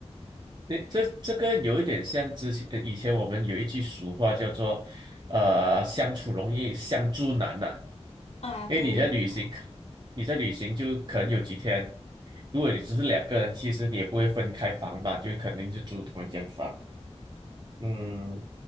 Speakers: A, on the right (about 40°); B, on the left (about 65°).
A: 对，这这个有一点像之前呃以前我们有一句俗话叫做“呃，相处容易相处难”呐、
B: 啊，
A: 因为你在旅行，
B: 对，没错。
A: 你在旅行就可能有几天，如果你只是两个人，其实你也不会分开房吧，就肯定是住同一间房。嗯，